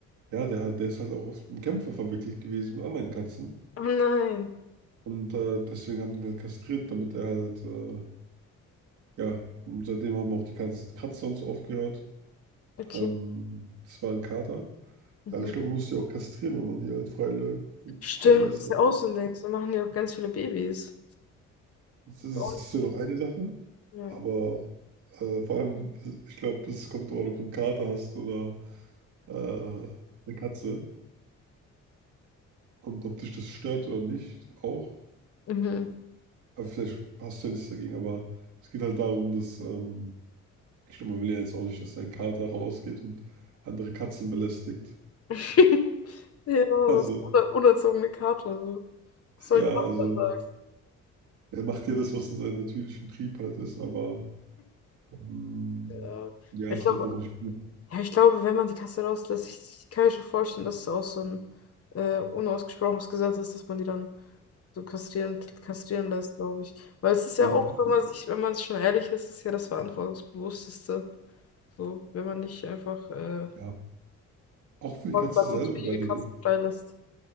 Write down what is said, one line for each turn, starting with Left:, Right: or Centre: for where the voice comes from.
Right: ja, der, hat- der ist halt auch oft in Kämpfe verwickelt gewesen mit anderen Katzen.
Left: Oh nein.
Right: Und äh, deswegen haben die ihn halt kastriert, damit er halt, äh, ja, und seitdem haben auch die ganzen Kratzer und so aufgehört.
Left: Okay.
Right: Ähm, das war ein Kater.
Left: Mhm.
Right: Ja, ich glaube, man muss die auch kastrieren, wenn man die halt freilä
Left: Stimmt,
Right: freilässt.
Left: das ist ja auch so ein Ding. So machen ja auch ganz viele Babys.
Right: Das ist
Left: Ist auch nicht-
Right: ja noch eine Sache,
Left: Ja.
Right: aber äh, vor allem, ich glaube, es kommt darauf an, ob du einen Kater hast oder äh, eine Katze und ob dich das stört oder nicht auch.
Left: Mhm.
Right: Aber vielleicht hast du ja nichts dagegen, aber es geht halt darum, dass, ähm, ich glaube, man will ja jetzt auch nicht, dass dein Kater rausgeht und andere Katzen belästigt.
Left: <laughs> Ja,
Right: Also,
Left: das ist eine unerzogene Kater. So. Was sollen
Right: ja,
Left: die Nachbarn
Right: also
Left: sagen?
Right: er macht ja das, was in seinem natürlichen Trieb halt ist, aber Hm,
Left: Ja.
Right: Ja,
Left: Ich
Right: ist
Left: glaube,
Right: halt auch nicht gut.
Left: Ja, ich glaube, wenn man die Katze rauslässt, ich, ich kann mir schon vorstellen, dass es auch so ein äh, unausgesprochenes Gesetz ist, dass man die dann so kastrieren, kastrieren lässt, glaube ich. Weil es ist
Right: Ja,
Left: ja
Right: die
Left: auch,
Right: Küche,
Left: wenn man sich, wenn man schon ehrlich ist, ist ja das Verantwortungsbewussteste. So, wenn man nicht einfach äh,
Right: ja. Auch für
Left: fortpflanzungsfähige
Right: die Katze selber, weil,
Left: Katzen freilässt.